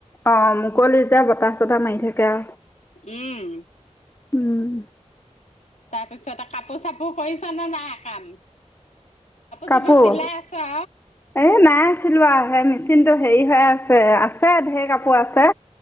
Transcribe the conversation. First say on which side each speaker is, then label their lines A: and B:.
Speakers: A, on the left (about 20°); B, on the left (about 75°).
A: অ মোকলি যে বতাহ বতাহ মাৰি থাকে আৰু
B: উম
A: উম
B: তাৰ পিছতে কাপোৰ চাপোৰ কৰিছ কৰিছানে নাই কাম
A: কাপোৰ
B: চাপোৰ চিলাই আছো
A: এ নাইছিলোৱা মিচিনটো হেৰি হৈ আছে আছে ধেৰ কাপোৰ আছে